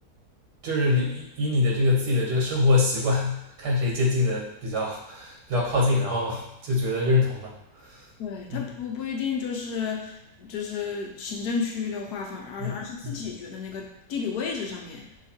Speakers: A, on the right; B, on the left.
A: 就是以以你的这个自己的这个生活习惯，看谁接近的比较比较靠近，然后 <laughs> 就觉得认同了。
B: 对，他不不一定就是就是行政区域的划分，
A: 嗯
B: 而而是自己觉得那个地理位置上面。
A: 嗯嗯